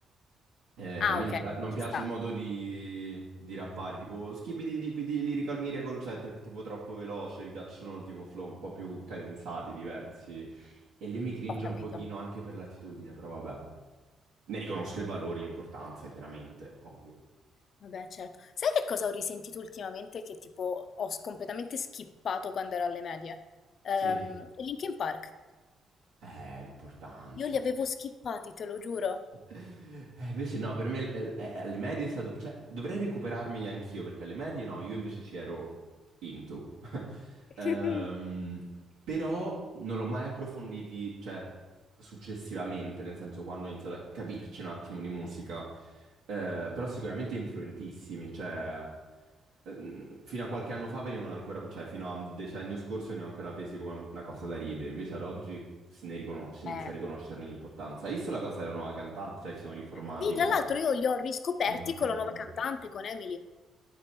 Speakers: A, on the right; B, on the left.
A: Eh,
B: Ah,
A: a me
B: ok,
A: non, pia- non
B: ci
A: piace
B: sta.
A: il modo di, di rappare, tipo skibidi dibidi lyrical miracle, cioè tr- tipo troppo veloce, mi piacciono tipo flow un po' più cadenzati, diversi. E lui mi cringe
B: Ho
A: un
B: capito.
A: pochino anche per l'attitudine, però vabbè. Ne riconosco il valore, l'importanza, chiaramente, ovvio.
B: Vabbè, certo. Sai che cosa ho risentito ultimamente che tipo ho s- completamente skippato quando ero alle medie? Ehm,
A: Sì.
B: i Linkin Park.
A: Eh, importanti.
B: Io li avevo skippati, te lo giuro.
A: Eh, invece no, per me eh, eh, alle medie è stato... Cioè, dovrei recuperarmeli anch'io, perché alle medie no, io invece ci ero into. <laughs>
B: <laughs>
A: Ehm, però non l'ho mai approfonditi, cioè, successivamente, nel senso quando ho iniziato a capirci un attimo di musica. Eh, però sicuramente influentissimi, cioè... ehm, Fino a qualche anno fa venivano ancora, cioè fino al decennio scorso venivano ancora presi come una cosa da ride, invece ad oggi se ne riconos- si
B: Eh.
A: inizia a riconoscerne l'importanza. Hai visto la cosa della nuova cantante? Cioè, si sono riformati
B: Sì, tra
A: con
B: l'altro
A: la,
B: io li ho riscoperti
A: la nuova cantante.
B: con la nuova cantante, con Emily.